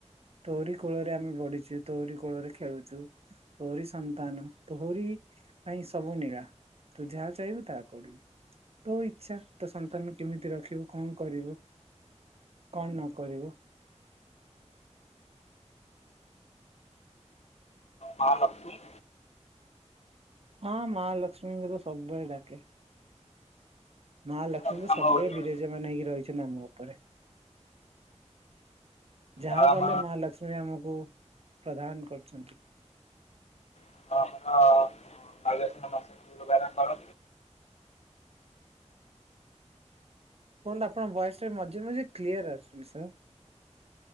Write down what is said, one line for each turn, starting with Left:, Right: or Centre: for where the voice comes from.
Right: ତୋରି କୋଳରେ ଆମେ ବଢିଚୁ ତୋରି କୋଳରେ ଖେଳୁଚୁ। ତୋହରି ସନ୍ତାନ ତୋହରି ପାଇଁ ସବୁ ନୀଳା। ତୁ ଯାହା ଚାହିଁବୁ ତାହା କରିବୁ ତୋ ଇଚ୍ଛା ତୋ ସନ୍ତାନ କେମିତି ରଖିବୁ କଣ କରିବୁ। କଣ ନକରିବୁ।
Left: ମହା ଲକ୍ଷ୍ମୀ।
Right: ହଁ ମାହା ଲକ୍ଷ୍ମୀଙ୍କର ସବୁବେଳେ ଡାକେ ମାହା ଲକ୍ଷ୍ମୀ
Left: ଆଉ
Right: କିନ୍ତୁ
Left: ଆମ
Right: ସବୁବେଳେ
Left: ଓଡ଼ିଆ
Right: ବିରେଜା ମାନ ହେଇକି ରହିଚନ୍ତି ଆମ ଉପରେ। ଯାହା
Left: ଆଉ ଆମ
Right: କଲେ ମା ଲକ୍ଷ୍ମୀ ଆମକୁ ପ୍ରଦାନ କରୁଛନ୍ତି।
Left: ଆମର <unintelligible>
Right: କୁହନ୍ତୁ ଆପଣ ବଏସଟା ମଝିରେ ମଝିରେ କ୍ଲିୟର ଆସୁନି ସାର୍।